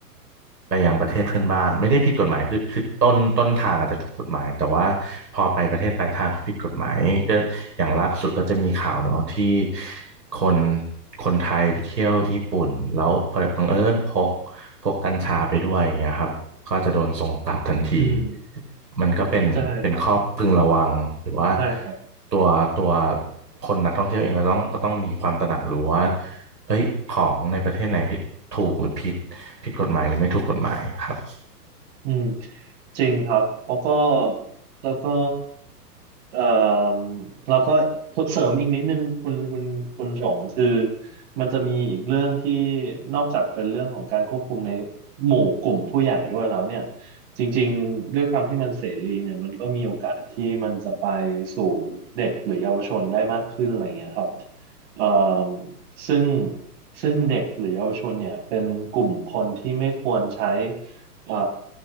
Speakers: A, on the right; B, on the right.
A: ไปยังประเทศเพื่อนบ้านไม่ได้ผิดกฎหมายคือคือต้นต้นทางอาจจะถูกกฎหมายแต่ว่าพอไปประเทศปลายทางเขาผิดกฎหมายก็อย่างล่าสุดก็จะมีข่าวเนาะที่คนคนไทยไปเที่ยวญี่ปุ่นแล้วบังเอิญพกพกกัญชาไปด้วยอย่างเงี้ยครับก็จะโดนส่งกลับทันที
B: อืม
A: มันก็เป็นเป็นข้อพึงระวังหรือว่า
B: ใช่ครับใช่ครับ
A: ตัวตัวคนนักท่องเที่ยวเองก็ต้องก็ต้องมีความตระหนักรู้ว่าเอ้ยของในประเทศไหนผิดถูกหรือผิดผิดกฎหมายหรือไม่ถูกกฎหมายครับ
B: อืมอืม จริงครับ แล้วก็แล้วก็เอ่อแล้วก็เสริมอีกนิดนึงคุณคุณคุณชงคือมันจะมีอีกเรื่องที่นอกจากเป็นเรื่องของการควบคุมในหมู่กลุ่มผู้ใหญ่ด้วยแล้วเนี่ยจริงๆด้วยความที่มันเสรีเนี่ยมันก็มีโอกาสที่มันจะไปสู่เด็กหรือเยาวชนได้มากขึ้นอะไรเงี้ยครับเอ่อซึ่งซึ่งเด็กหรือเยาวชนเนี่ยเป็นกลุ่มคนที่ไม่ควรใช้เอ่อ